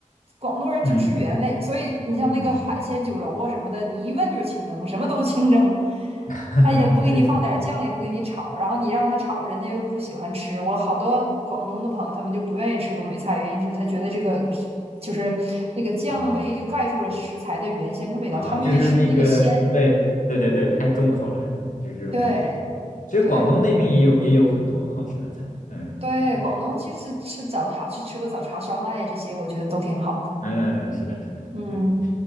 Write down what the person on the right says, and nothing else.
广东人就吃原味，
所以你像那个海鲜酒楼啊什么的，
你一问就是清蒸，什么都清蒸，
他也不给你放点酱，
也不给你炒，然后你让他炒，人家又不喜欢吃。我好多广东的朋友，他们就不愿意吃东北菜，原因就是他觉得这个就是那个酱味就盖住了食材的原先的味道，
他们愿意吃那个鲜。
对
对
对，
广东其实吃早茶，
去吃个早茶烧麦呀，这些我觉得都挺好的。
嗯